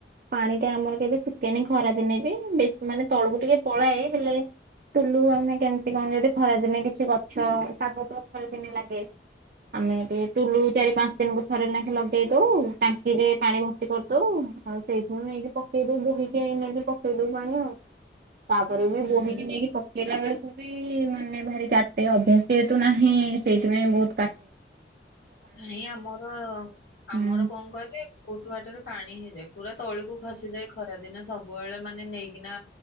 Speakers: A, on the right; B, on the left.
A: ପାଣି ଟା ଆମର କେବେ ଶୁକେନି ଖରାଦିନେ ବି ବେଶ୍ ମାନେ ତଳକୁ ଟିକେ ପଳାଏ ହେଲେ ଟୁଲୁ ଆମେ କେମତି କଣ ଯଦି ଖରା ଦିନେ କିଛି ଗଛ, ଶାଗ ତ ଖରା ଦିନେ ଲାଗେ। ଆମେ ଟିକେ ଟୁଲୁ ଚାରି ପାଞ୍ଚ୍ ଦିନ୍ କୁ ଥରେ ଲେଖା ଲଗେଇ ଦଉ। ଟାଙ୍କିରେ ପାଣି ଭର୍ତ୍ତି କରିଦଉ। ଆଉ ସେଇଥିରୁ ନେଇକି ପକେଇ ଦଉ ବୋହିକି ଏ ନେଇକି ପକେଇ ଦଉ ପାଣି ଆଉ। ତାପରେ
B: ବୋଲି
A: ବି ବୋହିକି ନେଇକି ପକେଇଲା ବେଳକୁ ବି ମାନେ ଭାରି କାଟେ। ଅଭ୍ୟାସ ସେ ହେତୁ ନାହିଁ ସେଇଥିପାଇଁ ବହୁତ୍
B: ନାଇଁ ଆମର
A: ହୁଁ
B: ଆମର କଣ କହିଲେ ପୁ ନୁଆଟାରୁ ପାଣି ହେଇଯାଏ। ପୁରା ତଳକୁ ଖସିଯାଏ ଖରା ଦିନେ। ସବୁବେଳେ ମାନେ ନେଇକିନା